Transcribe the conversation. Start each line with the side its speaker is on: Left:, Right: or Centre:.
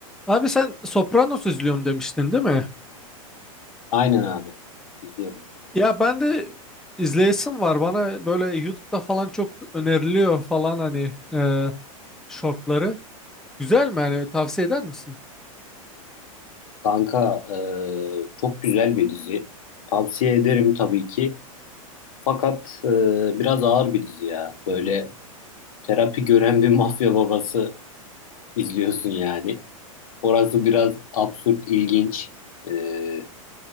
Centre: Abi sen Sopranos izliyorum demiştin değil mi?
Left: Aynen abi. İzliyorum.
Centre: Ya ben de izleyesim var. Bana böyle YouTube'da falan çok öneriliyor falan hani e, shortları. Güzel mi yani tavsiye eder misin?
Left: Kanka e, çok güzel bir dizi. Tavsiye ederim tabii ki. Fakat e, biraz ağır bir dizi ya. Böyle terapi gören bir <laughs> mafya babası izliyorsun yani. Orası biraz absürt, ilginç. E,